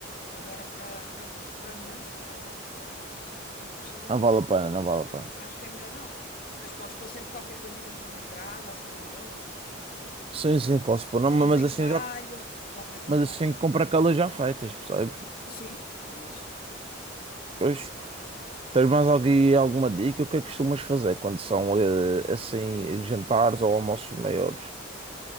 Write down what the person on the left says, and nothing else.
Agora, para para- para muitos, como estás a dizer, uns cerca de oito pessoas.
é
Acho que é melhor não. Mas podes pôr sempre qualquer coisinha para uma entrada, assim na mesa.
Sempre
pauzinho
de alho,
qualquer coisa
assim.
Sim, ou isso.